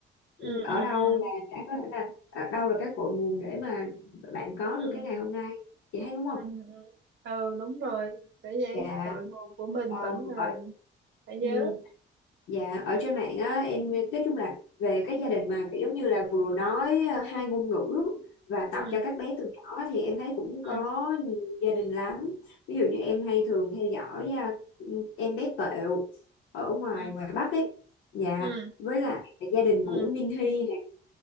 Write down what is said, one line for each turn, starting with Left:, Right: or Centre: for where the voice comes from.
Right: ừ,
Left: Ừ, ở
Right: ừ,
Left: đâu
Right: ừ,
Left: là đã có thể là ở đâu là cái cội nguồn để mà bạn có
Right: ừ,
Left: được cái ngày hôm nay chị thấy đúng không
Right: ừ, ừ. Ừ, đúng rồi để vậy
Left: dạ
Right: cội nguồn của mình
Left: um,
Right: vẫn là
Left: ở
Right: phải nhớ
Left: ừm, dạ ở trên mạng á em nói chung là về các gia đình mà kiểu giống như là vừa nói ờ, hai ngôn ngữ và
Right: ừ,
Left: tập cho các bé từ nhỏ thì em thấy cũng
Right: ừ,
Left: có nhiều gia đình lắm ví dụ như em hay thường theo dõi à, em bé Tẹo ở ngoài
Right: ừ,
Left: ngoài Bắc ấy dạ
Right: ừ,
Left: với lại gia đình
Right: ừ.
Left: của Minh Hy